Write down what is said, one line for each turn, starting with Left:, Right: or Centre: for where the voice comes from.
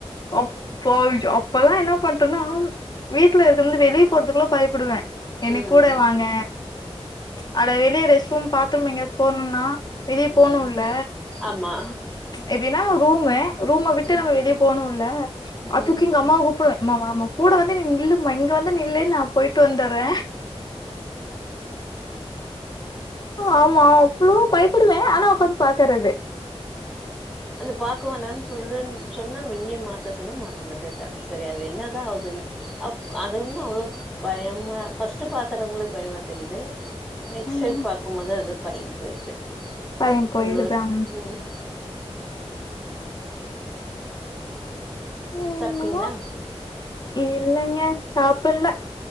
Left: அப்போ ஜ அப்பல்லா என்ன பண்ட்டனா வீட்ல இருந்து வெளிய போறதுக்குள பயப்படுவே என்னக்
Centre: ம்
Left: கூட வாங்க அட வெளிய பாத்தூம் எங்கயாது போனுன்னா வெளியே
Centre: ம்
Left: போனுல்ல
Centre: ஆமா
Left: எப்டின்னா ரூமு ரூம விட்டு
Centre: ம்
Left: நம்ம வெளிய போனுல்ல
Centre: ம்
Left: அதுக்கு எங்க அம்மாவ கூப்பிடுவே அம்மா வாமா கூட வந்து நீ நில்லுமா இங்க வந்து நில்லு நா போயிட்டு வந்தர்றே ஆமா அவ்ளோ பயப்படுவே ஆனா உக்காந் பாக்கறது
Centre: அது பாக்கவேனான்னு சொல்லுன் சொன்னா மின்னிய மாத்த சொன்னா மாத்த மாட்டேட்டா சரி அது என்னதா ஆவுதுன்னு அ அது ஒன்னு அவ்வளவு பயமா ஃபஸ்ட்டு பாக்குறவங்களுக் பயமா தெரியுது நெக்ஸ்ட்
Left: ம்
Centre: டைம் பாக்கும்போது அது பயம் போயிருது
Left: பயம் போயிருது
Centre: அது ஒரு
Left: ஆ
Centre: ம்
Left: என்னமோ
Centre: சாப்ட்டீங்களா
Left: இல்லைங்க சாப்பல்ல